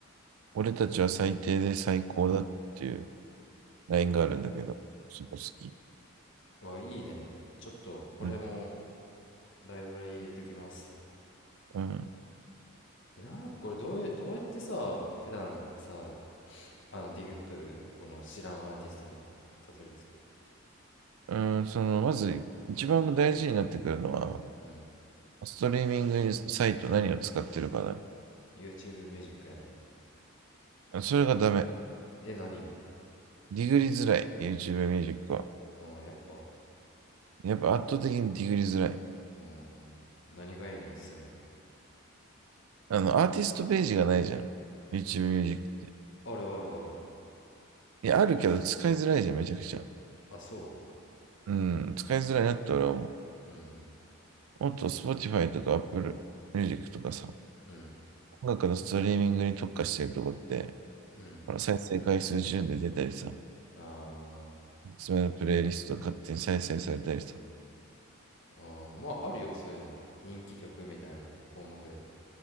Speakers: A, on the right; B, on the left.
A: 俺たちは最低で最高だっていうラインがあるんだけど、
B: え
A: そこ好き。
B: ー、わ、いいね。ちょっと、これも、
A: うん。
B: ライブラリ入れときます。
A: うん。
B: え、なこれどうや、どうやってさ、普段さ、あの、ディグっとるこの知らんアーティストにたどり着く。
A: うん、その、まず、一番大事になってくるのは、
B: うん。
A: ストリーミングサイト何を使ってるかだね
B: YouTube ミュージックやね。
A: それがダメ。
B: え、何
A: ディグリづらい。YouTube ミュージックは。
B: あー、やっぱう
A: やっぱ圧倒的にディグリづらい。
B: ーん。何がいいのおすすめ。
A: あの、アーティストページがないじゃん。YouTube ミュージックって。
B: あるあるある。
A: いや、あるけど使いづらいじゃん、めちゃくちゃ。
B: あ、そ
A: うん、使いづらいなって俺は思
B: ううん。
A: う。もっと Spotify とか Apple Music とかさ、
B: うん。
A: 音楽のストリーミングに特化してるとこって、
B: うん。
A: ほら、再生回数順で出たりさ、
B: あ
A: おすすめのプレイリスト勝手に再生されたりさ。
B: ー、あー、まあ、あるよ、そういうの。人気曲みたいな項目で。